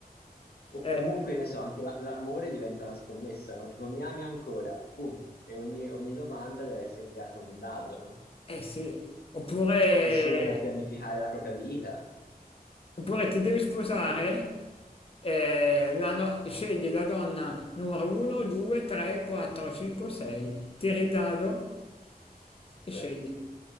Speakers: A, on the left; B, on the left.
A: O comunque,
B: eh,
A: ne so, anche la- l'amore diventa una scommessa, no? Tipo, mi ami ancora? Boom. E ogni, ogni domanda deve essere tirata un dado, no?
B: eh sì, oppure
A: Nessuno può pianificare la propria vita,
B: Oppure ti devi sposare, eh, la no- scegli la donna numero 1, 2, 3, 4, 5, 6, tiri il dado e
A: certo.
B: scegli.